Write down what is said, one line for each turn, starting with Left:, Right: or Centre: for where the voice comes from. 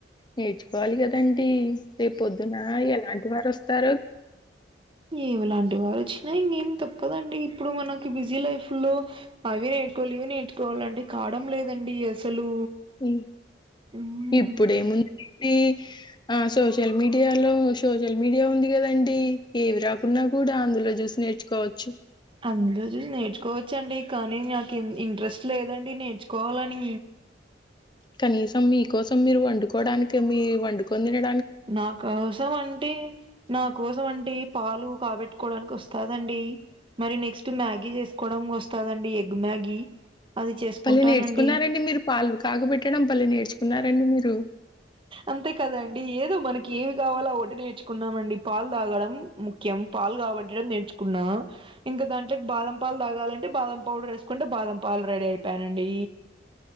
Left: నేర్చుకోవాలి కద అంటి రేపు పొద్దున ఎలాంటి వారు వస్తారో
Right: ఏవలాంటి వారు వచ్చినా ఇంగేం తప్పదండి ఇప్పుడు మనకి బిజీ లైఫ్ లో అవి నేర్ కోలీవ నేర్చుకోవాలంటే కావడం లేదండి అసలు
Left: మ్
Right: మ్మ్
Left: ఇప్పుడేముందండి ఆ సోషల్ మీడియాలో సోషల్ మీడియా ఉంది కదండి ఏమి రాకున్నా కూడా అందులో జుసి నేర్చుకోవచ్చు
Right: అందులో చుసి నేర్చుకోవచ్చండి కానీ నాకు ఇంట్రెస్ట్ లేదండి నేర్చుకోవాలని
Left: కనీసం మీకోసం మీరు వండుకోవడానికి మీ వండుకొని తిన
Right: నా కోసం అంటే నా కోసం అంటే పాలు కాబెట్టుకోవడానికి వస్తదండి మరి నెక్స్ట్ మ్యాగీ చేసుకోవడం వస్ స్తదండి ఎగ్ మ్యాగీ అది చేసుకుంటానండి
Left: పల్లె నేర్చుకున్నారండి మీరు పాలు కాగుబెట్టడం బలే నేర్చుకున్నారండి మీరు
Right: అంతే కదండి ఏదో మనకి ఏమి కావాలా ఒకటి నేర్చుకున్నాం అండి పాల్ తాగడం ముఖ్యం పాల్ కాబట్టడం నేర్చుకున్నాం ఇం కా దాంట్లోకి బాదం పాలు తాగాలంటే బాదం పౌడర్ వేసుకుంటే బాదం పాలు రెడీ అయిపోయానండి